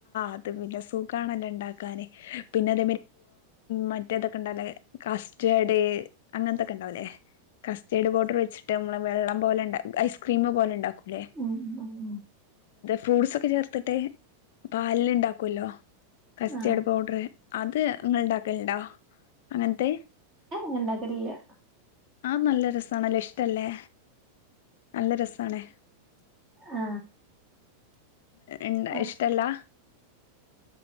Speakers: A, on the left; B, on the right.
A: അത് പിന്നെ സൂക്കാണല്ല ഇണ്ടാക്കാന് <unintelligible> മറ്റേതൊക്കെ ഉണ്ടേ കസ്റ്റഡ് അങ്ങനൊ ണ്ടല്ലേ. കസ്റ്റേഡ് പൗട്ടർ വെച്ചിട്ട് നമ്മള് വെള്ളം പോലെ ഉണ്ട ഐസ്ക്രീം പോലെണ്ടാക്കും. ല്ലേ.
B: ഉം ഉം ഉം
A: ഫ്രൂട്ട്സ്ക്കെ ചേർത്തിട്ട് പാലില് ഉണ്ടാക്കല്ലോ. കസ്റ്റഡ
B: ആ
A: പൗഡറ് അത് നിങ്ങ ഉണ്ടാക്കലുണ്ടോ. അങ്ങനത്തെ
B: ഹ ഉണ്ടാക്കലില്ല.
A: ആ നല്ല രസണല്ലോ ഇഷ്ടല്ലേ നല്ല രസാണേ.
B: ആ
A: എന്ത
B: ആ,
A: ഇഷ്ടല്ലാ